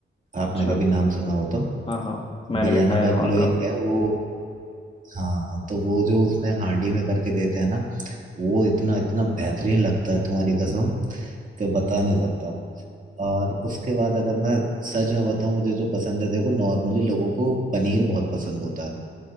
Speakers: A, on the left (about 25°); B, on the right (about 40°).
A: अच्छा
B: आपने कभी नाम सुना हो तो
A: हाँ हाँ मैंने
B: बिरयानी
A: भी खाया
B: बाय
A: है वहाँ
B: किलो
A: का
B: एक है वो हाँ तो वो जो उसमें हांडी में करके देते हैं ना वो इतना इतना बेहतरीन लगता है तुम्हारी कसम कि बता नहीं सकता और उसके बाद अगर मैं सच में बताऊं मुझे जो पसंद है देखो नॉर्मली लोगों को पनीर बहुत पसंद होता है